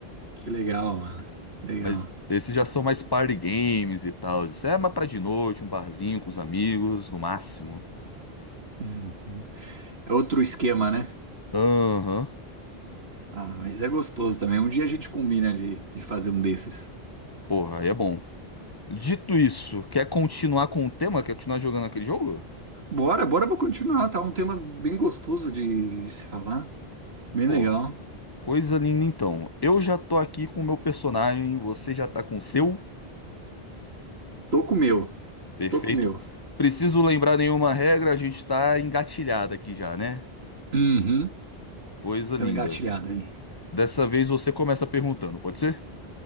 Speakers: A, on the right; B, on the left.
A: Que legal, mano. Legal.
B: Mas esses já são mais party games e tal. Isso é mais pra de noite, um barzinho com os amigos, no máximo.
A: Uhum. É outro esquema, né?
B: Aham.
A: Ah, mas é gostoso também. Um dia a gente combina de, de fazer um desses.
B: Porra, aí é bom. Dito isso, quer continuar com o tema? Quer continuar jogando aquele jogo?
A: Bora, bora pra continuar, tá? Um tema bem gostoso de, de se falar. Bem
B: Pô,
A: legal.
B: coisa linda então. Eu já tô aqui com o meu personagem, você já tá com o seu?
A: Tô com o meu,
B: Perfeito.
A: tô com o meu.
B: Preciso lembrar nenhuma regra, a gente tá engatilhado aqui já, né?
A: Uhum.
B: Coisa
A: Tamo
B: linda.
A: engatilhado aí.
B: Dessa vez você começa perguntando, pode ser?